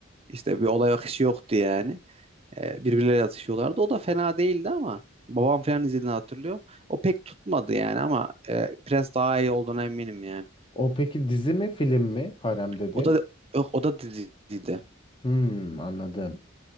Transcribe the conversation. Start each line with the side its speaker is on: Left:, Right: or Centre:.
Right: İşte bir olay akışı yoktu yani. E, birbirleriyle atışıyorlardı. O da fena değildi ama babam falan izlediğini hatırlıyorum. O pek tutmadı yani ama e, Prens daha iyi olduğuna eminim yani.
Left: O peki dizi mi film mi? Harem dedi.
Right: O da yok, o da diziydi.
Left: Hmm, anladım.